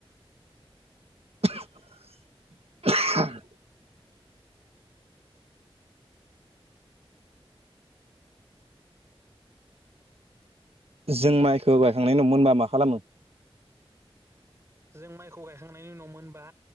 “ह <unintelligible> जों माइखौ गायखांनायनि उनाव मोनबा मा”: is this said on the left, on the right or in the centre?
Right